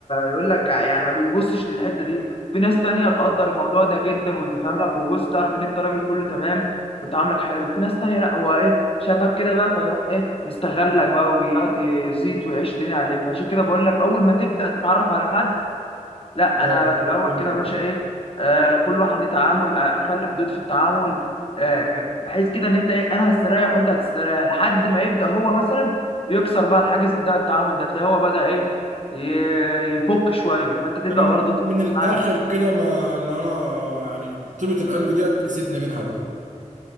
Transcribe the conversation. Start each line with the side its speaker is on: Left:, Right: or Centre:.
Left: يقول لك يعني ما بيبصش للحته دي في ناس تانية تقدر الموضوع ده جدا وتفهم لك وبص تعرف ان انت راجل كله تمام وتعاملك حلو في ناس تانية لا هو ايه شافك كده بقى فيروح ايه مستغلك بقى ويقعد يزيط ويعيش الدنيا عليك عشان كده بقول لك اول ما تبدا تتعرف على حد لا
Right: اه
Left: انا في الاول
Right: قول
Left: كده
Right: لي.
Left: يا باشا ايه آه كل واحد ليه تعامل آه خلي حدود في التعامل آه بحيث كده ان انت ايه انا هستريح وانت هتستريح لحد ما يبدا هو مثلا يكسر بقى الحاجز بتاع التعامل ده تلاقيه هو بدا ايه ي- يفك شويه فانت تبدا
Right: انا م-
Left: برضه تفك
Right: من الاخر
Left: معاه
Right: كده ما ان انا يعني طيبة القلب دي اسيبني منها بقى